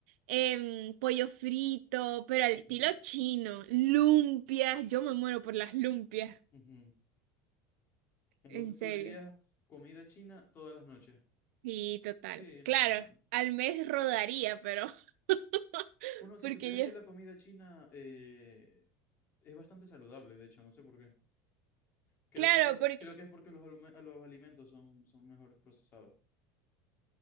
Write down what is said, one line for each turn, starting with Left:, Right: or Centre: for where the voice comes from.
Right: em, pollo frito, pero al
Left: ujú,
Right: estilo chino, lumpias, yo me muero por las lumpias,
Left: ujú. Entonces
Right: en serio.
Left: tú dirías comida china todas las noches.
Right: Sí, total.
Left: Sí, no
Right: Claro,
Left: está mal.
Right: al mes rodaría, pero <laughs>
Left: Bueno, si
Right: porque
Left: supieras
Right: ellos,
Left: que la comida china eh, es bastante saludable, de hecho, no sé por qué. Creo
Right: claro,
Left: que es por-
Right: porque
Left: creo que es porque los, alume- los alimentos son, son mejores procesados.